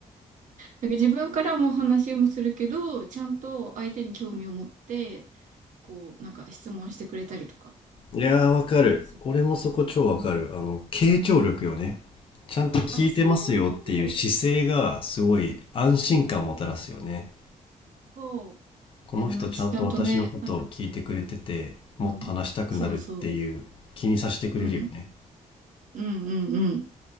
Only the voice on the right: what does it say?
なんか自分からも話もするけど、ちゃんと相手に興味を持って、こう、なんか質問してくれたりとか
する。
うん。
うん。
あ、そう、そ
う。あの、ちゃんとね、な
うん。そうそう。うん。うんうんうん。